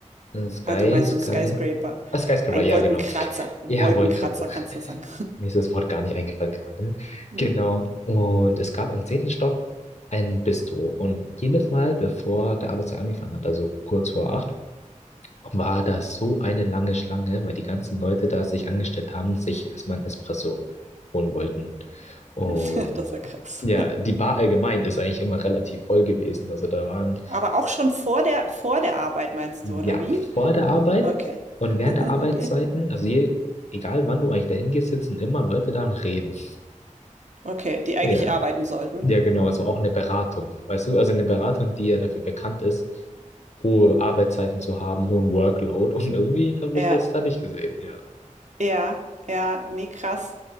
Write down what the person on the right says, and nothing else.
Ah, du meinst
so ein Skyscraper.
Ein
Wolkenkratzer.
Wolkenkratzer
kannst du sagen.
Hm.
<laughs> Das ist ja krass.
Aber auch schon vor der vor der Arbeit meinst
du, oder wie?
Okay,
<laughs>
okay.
Okay, die eigentlich
arbeiten sollten.
Ja,
ja, ja, nee, krass.